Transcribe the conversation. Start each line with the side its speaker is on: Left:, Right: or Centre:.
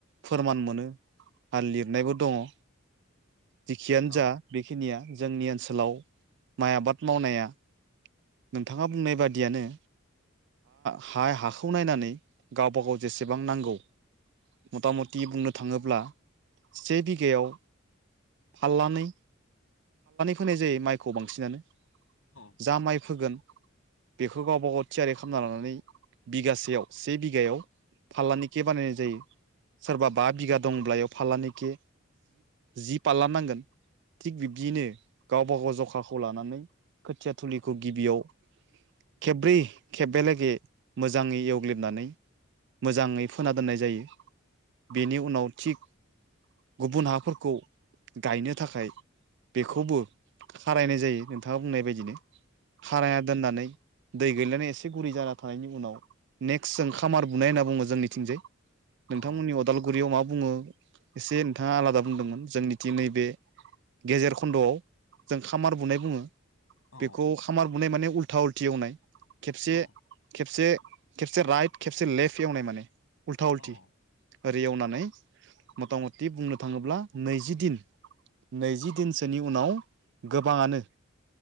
Right: फोरमान मोनो। आरो लिरनायबो दङ'। जिखियानो
Left: औ
Right: जा बेखिनिया जोंनि ओनसोलाव माइ आबाद मावनाया। नोंथाङा बुंनाय बादियानो हाखौ नायनानै गावबा गाव जेसेबां नांगौ। मथा मथि बुंनो थाङोब्ला से बिघायाव फाललनानै फोनाय जायो माइखौ बांसिनानो
Left: औ।
Right: जा माइ फोगोन बेखौ गावबा गाव थियारि खालामना लानानै बिगासेयाव से बिगायाव फाललनि खे बानायनाय जायो। सोरबा बा बिघा दंब्लाायाव फाल्लनिखि जि फालला नांगोन थिग बिब्दियैनो गावबा गाव जखाखौ लानानै खोथिया थुलिखौ गिबियाव खेब्रै खेबबलागे मोजाङै एवग्ललिबनानै मोजाङै फोना दोननाय जायो। बेनि उनाव थिग गुबुन हाफोरखौ गायनो थाखाय बेखौबो खारायनाय जायो। नोंथाङा बुंनाय बायदिनो खारना दोननानै दै गैनानै एसे गुरै जाना थानायनि उनाव नेक्स्ट जों खामार बुनाय होनना बुङो जोंनिथिंजाय नोंथांमोननि
Left: औ
Right: अदालगुरियाव मा बुङो एसे नोंथाङा आलादा बुंदोंमोन जोंनि नैबे गेजेर खन्द'आव जों खामार बुनाय बुङो।
Left: औ
Right: बेखौ खामार बुनाय माने उल्था उल्थि एवनाय खेबसे
Left: औ
Right: खेबसे राइट खेबसे लेफ्ट एवनाय माने उल्था
Left: हाल
Right: उल्थि ओरै एवनानै मथा मथि बुंनो थाङोब्ला नैजि दिन नैजि दिनसोनि उनाव गोबाङानो